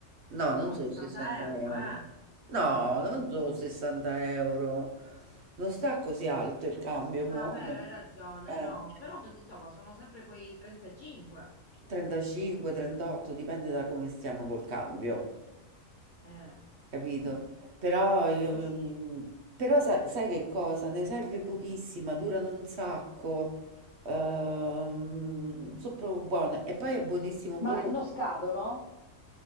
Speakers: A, on the right; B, on the left.
A: No,
B: Sono
A: non sono
B: 60
A: 60
B: euro,
A: euro.
B: eh?
A: No, non sono 60 euro. Non sta così alto il cambio, mo,
B: Ah, vero,
A: no.
B: hai ragione,
A: Eh,
B: no, però insomma sono sempre quei 35.
A: 35, 38, dipende da come stiamo col cambio.
B: Eh.
A: Capito?
B: Hm,
A: Però io,
B: Sì, sì.
A: mm, però sa- sai che cosa? Ne serve pochissima, durano un sacco, ehm, sono proprio buone. E poi è buonissimo pure,
B: Ma non scadono?